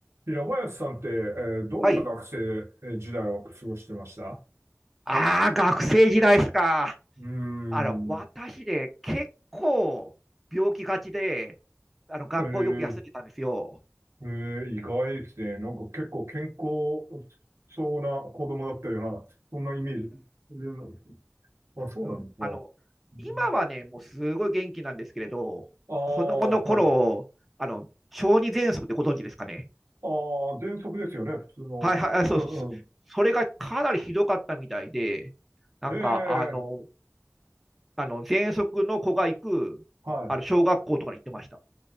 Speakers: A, on the right; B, in the centre.
A: 平林さんって、えーどんな学生時代を過ごしてました
B: はい。ああ、学生時代ですか。
A: うーん、
B: あの、私で結構病気がちで、あの、学校よく休んでたんですよ。
A: えーえー意外ですね。なんか結構健康そうな子供だったような、そんなイメージ。えーあ、そうなんですか。
B: うん。あの、
A: うん
B: 今はね、もうすごい元気なんですけれど、
A: ああ、
B: 子供の頃、
A: はい。
B: あの、小児喘息ってご存知ですかね。
A: ああ、喘息ですよね、普通の。
B: はいはい、あそうそう、
A: うんうん。
B: そそれがかなりひどかったみたいで、なんか、
A: へえ、
B: あの、あの、喘息の子が行く、
A: は
B: あの、小学校とかに行ってました。